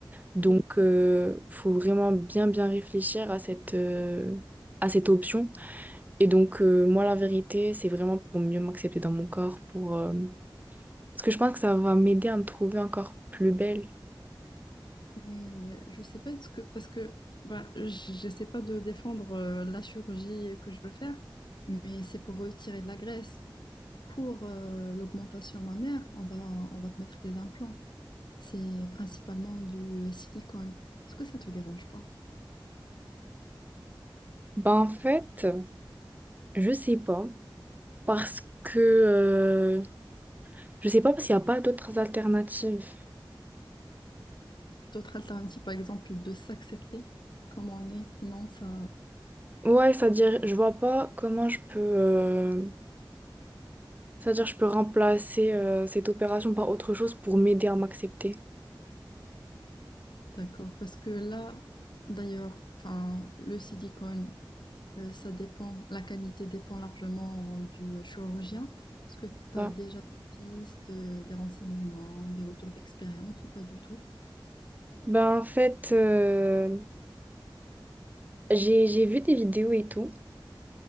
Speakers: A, on the right; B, on the left.
A: donc
B: Oui.
A: euh, faut vraiment bien bien réfléchir à cette euh, à cette option et donc, euh, moi, la vérité, c'est vraiment pour mieux m'accepter dans mon corps, pour, euh, parce que je pense que ça va m'aider à me trouver encore plus belle.
B: Mais je sais pas, est-ce que, parce que ben, j- j'essaie pas de défendre euh, la chirurgie que je veux faire, mais c'est pour retirer de la graisse. Pour euh, l'augmentation mammaire, on va, on va te mettre des implants. C'est principalement du euh, silicone. Est-ce que ça te dérange pas?
A: Ben, en fait, je sais pas, parce que, euh, je sais pas parce qu'il n'y a pas d'autres alternatives.
B: D'autres alternatives, par exemple, de s'accepter comme on est, non, ça,
A: Ouais, c'est-à-dire, je vois pas comment je peux, euh, c'est-à-dire, je peux remplacer, euh, cette opération par autre chose pour m'aider à m'accepter.
B: D'accord, parce que là, d'ailleurs, enfin, le silicone, euh, ça dépend, la qualité dépend largement du chirurgien. Est-ce que tu
A: Ça
B: as déjà des pistes, euh, des renseignements, des retours d'expérience ou pas du tout?
A: Ben, en fait, euh, j'ai, j'ai vu des vidéos et tout.